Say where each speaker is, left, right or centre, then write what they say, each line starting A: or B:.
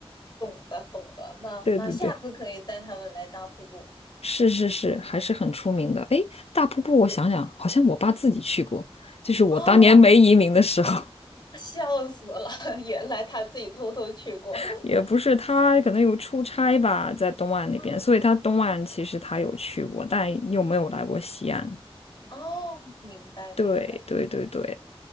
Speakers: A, on the left; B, on the left.
A: 懂的懂的，那那下次可以带他们来大瀑布。
B: 对对对，是是是，还是很出名的。哎，大瀑布，我想想，
A: 对，
B: 好像我爸自己去过，就是我当年没移民的时候，
A: 啊，笑死了，<laughs> 原来他自己偷偷去过。
B: <laughs> 也不是他可能有出差吧，在东岸那边，
A: 啊
B: 所以他东岸其实他有去过，但又没有来过西岸。
A: 哦，明白明白，
B: 对对对对，